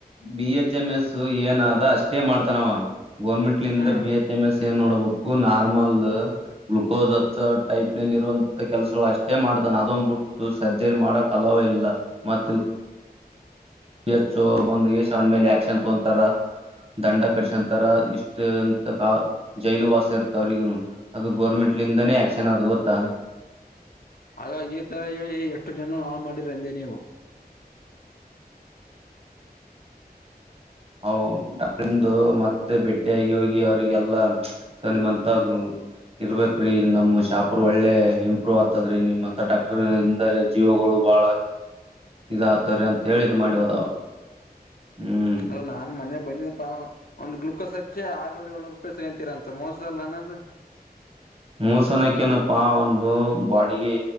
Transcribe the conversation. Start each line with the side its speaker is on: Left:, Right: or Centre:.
Right: ಬಿ ಎಚ್ ಎಂ ಎಸ್ ಏನ ಆದ ಅಷ್ಟೇ ಮಾಡ್ತಾನವ ಗೌರ್ಮೆಂಟ್ ನಿಂದ
Left: ಹಾ
Right: ಬಿ ಎ ಎಂ ಎಸ್ ಏನ್ ನೋಡ ಬಕ್ಕು ನಾರ್ಮಲ್ ಗ್ಲುಕೋಸ್ ಹಚ್ಚ ಟೈಪ್ನಲ್ಲಿ ಇರುವಂತ ಕೆಲ್ಸಗಳು ಅಷ್ಟೇ ಮಾಡ್ತಾನ ಅದಂದ್ಬಿಟ್ಟು ಸರ್ಜರಿ ಮಾಡಕ ಅಲವೇ ಇಲ್ಲ ಮತಿ ಯಚ್ಚು ಅವರು ಬಂದ್ ಯಶ್ ಅವನ್ ಮೇಲೆ ಆಕ್ಷನ್ ತಗಂತಾರ ದಂಡ ಕಡ್ಸಂತರ ಇಷ್ಟಂತ ಕ ಜೈಲು ವಾಸ ಇರ್ತ ಅವ್ರಿಗನು ಅದು ಗೋರ್ಮೆಂಟ್ ಇಟ್ಲಿಂದನೇ ಆಕ್ಷನ್ ಅದು ಗೊತ್ತಾ
Left: ಅ ತರ ಹೇಳಿ ಎಷ್ಟು ಜನ ನಾಳ ಮಾಡಿರ ಅಂದೇ ನೀವು
Right: ಹ ಡಾಟ್ರಂದು ಮತ್ತೆ ಬೆಟ್ಟಿ ಯಾಗಿ ಹೋಗಿ ಅವ್ರಿಗೆಲ್ಲಾ ಸೊ ನಿಮ್ಂತ ಇರ್ಬೇಕ್ರೀ ನಮ ಶಾಪ ಒಳ್ಳೆ ಇಂಪ್ರೂವ್ ಆಗ್ತ ದ ನಿಮ್ಮತ್ರ ಡಾಕ್ಟರ್ಿಂದ ಜೀವಗಳು ಬಹಳ ಇದ ಆತವ್ರಿ ಅಂತ ಹೇಳಿದ್ ಮಾಡಿ ಹದಾವ ಹ್ಮ್
Left: ಅದು ನಾನ್ ಮನೆ ಬಿ ಒಂದು ಗ್ಲುಕೋಸ್ ಹಚ್ಚಿ ಆರ್ನೂರು ಏಳ್ನೂರು ರೂಪಾಯಿ ಸಿಗಂತೀರ ಅಂತ ತ್ತ ಮೋಸಲ್ಲನದು
Right: ಮೋಸನಕ ನಪ್ಪಾ ಒಂದು ಬಾಡಿಗೆ